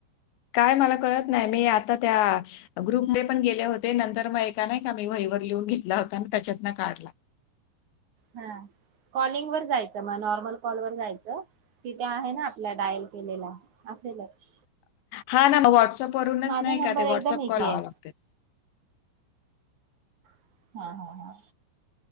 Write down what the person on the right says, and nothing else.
हा कॉलिंगवर जायचं मग नॉर्मल कॉलवर जायचं तिथे आहे ना आपल्या डायल केलेला, असेलच.
माझा
नंबर
एकदम
इझी
आहे
हा, हा, हा.